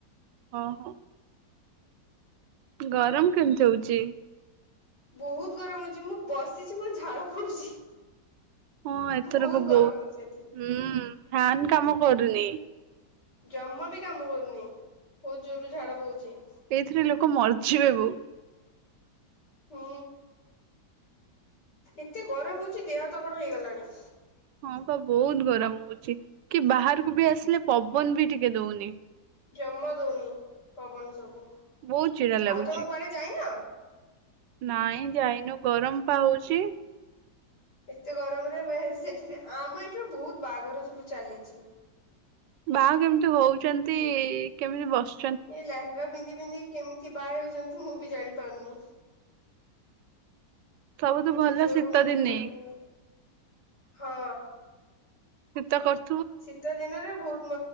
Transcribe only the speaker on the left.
ବହୁତ ଗରମଛି ମୁଁ ବସିଛି ମୋର ଝାଳ ପଡୁଛି।
ବହୁତ
ଗରମ ହଉଛି ଏଥିରେ।
ଜମା ବି କାମ କରୁନି ବହୁତ ଜୋରରୁ ଝାଡ ବୋହୁଛି।
ହୁଁ ଏତେ ଗରମ ହଉଛି ଦେହ ତ କଣ ହେଇଗଲାଣି?
ଜମ ଦଉନି ପବନ ସବୁ
ଆଉ ତମକୁ ପରେ ଯାଇନ
ଏତେ ଗରମରେ ସେଠରେ ଆମ ଏଠିରୁ ବହୁତ ବାହାଘର ସବୁ ଚାଲିଛି।
ଏଇ ଲେହଙ୍ଗା ପିନ୍ଧିପିନ୍ଧି କେମିତି ବାହା ହେଉଛନ୍ତି ମୁଁ ବି ଜାଣିପାରୁନି?
ଏତେ
ଜୋରୁ
ମତେ
ଘର ଲାଗ ହଁ
ଶୀତ ଦିନରେ ବହୁତ